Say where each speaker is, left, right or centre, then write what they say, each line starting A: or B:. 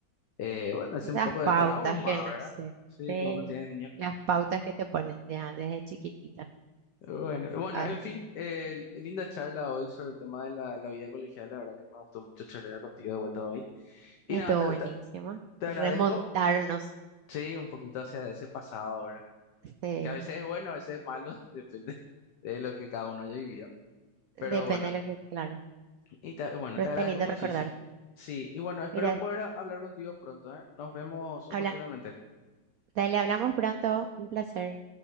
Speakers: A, on the left; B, on the right.
A: eh, bueno, ese
B: Esas
A: un poco de
B: pautas
A: trauma,
B: que no
A: ¿verdad?
B: sé,
A: Sí,
B: sí,
A: que uno tiene de niño.
B: las pautas que te ponen de, a- desde chiquitita.
A: Bueno, bueno,
B: Ah,
A: en fin, eh, linda charla hoy sobre el tema de la, la vida colegial. La verdad que me gustó mucho charlar contigo de vuelta hoy. Y
B: estuvo
A: nada, te,
B: buenísimo.
A: te- te agradezco,
B: Remontarnos,
A: sí, un poquito hacia ese pasado, ¿verdad?
B: sí.
A: que a veces es bueno, a veces es malo, <laughs> depende de lo que cada uno haya vivido. Pero
B: Depende
A: bueno,
B: de lo que, claro.
A: y ta- bueno,
B: Pero
A: te
B: está
A: agradezco
B: lindo
A: muchísimo.
B: recordar.
A: Sí, y bueno, espero
B: Mira,
A: poder a- hablar contigo pronto, ¿eh? Nos vemos oportunamente.
B: habla, dale, hablamos pronto. Un placer.